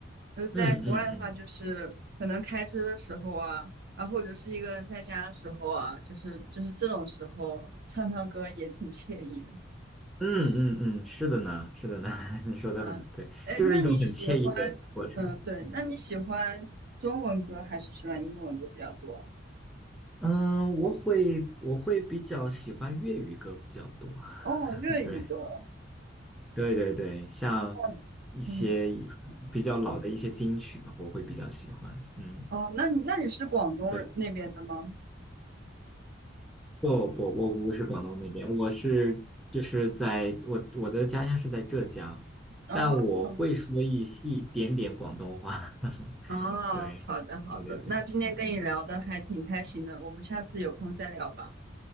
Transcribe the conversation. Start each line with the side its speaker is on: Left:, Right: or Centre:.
Right: 就在国外的话，
Centre: 嗯嗯嗯
Right: 就是可能开车的时候啊，然后或者是一个人在家的时候啊，就是就是这种时候唱唱歌也挺惬意的。
Centre: 嗯嗯嗯，是的呢，是的呢，<laughs> 你说的很对，
Right: 嗯，哎，
Centre: 就是一种很惬意的过程。
Right: 那你喜欢，嗯，对，
Centre: 嗯
Right: 那你喜欢中文歌还是喜欢英文歌比较多？
Centre: 嗯，我会我会比较喜欢粤语歌比较多，
Right: 哦，
Centre: <laughs>
Right: 粤语歌。
Centre: 对对对对，像
Right: 哦，
Centre: 一些
Right: 嗯，
Centre: 比较老的一些金曲嘛，我会比较喜欢。嗯，
Right: 哦，那你那你是广东人那边的吗？
Centre: 对，不不，我不是广东那边，我是就是在我我的家乡是在浙江，
Right: 哦，
Centre: 但我会说一一点点广东话。<laughs>
Right: 哦，
Centre: 对，
Right: 好的好的，
Centre: 对对对，
Right: 那今天跟你聊的还挺开心的，
Centre: 嗯嗯
Right: 我们下次有空再聊吧。